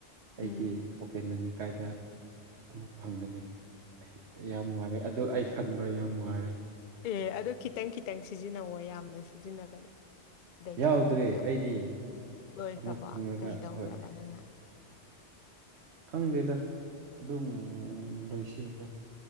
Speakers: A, on the right (about 70°); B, on the left (about 55°).
A: ꯑꯩꯒꯤ
B: ꯎꯝ
A: ꯄꯣꯀꯦꯠ ꯃꯅꯤ ꯀꯥꯏꯗ ꯑꯃꯨꯛ ꯐꯪꯒꯅꯤ ꯌꯥꯝꯋꯥꯔꯦ ꯑꯗꯨ ꯑꯩ ꯈꯟꯕ ꯌꯥꯝ ꯋꯥꯔꯦ
B: ꯑꯦ ꯑꯗꯨ ꯈꯤꯇꯪ ꯈꯤꯇꯪ ꯁꯤꯖꯤꯟꯅꯧꯋꯣ ꯌꯥꯝꯅ ꯁꯤꯖꯤꯟꯅꯒꯅꯨ ꯁꯤꯗꯩ
A: ꯌꯥꯎꯗ꯭ꯔꯦ
B: ꯐꯪꯕꯗꯣ
A: ꯑꯩꯗꯤ
B: ꯂꯣꯏꯈ꯭ꯔꯕꯣ
A: ꯑꯃꯨꯛ ꯐꯪꯂꯒ
B: ꯀꯩ ꯗꯧꯈ꯭ꯔꯕ
A: ꯍꯣꯏ
B: ꯅꯪꯅ
A: ꯈꯪꯗꯦꯗ ꯑꯗꯨꯝ ꯂꯣꯏꯁꯤꯟꯈ꯭ꯔꯦ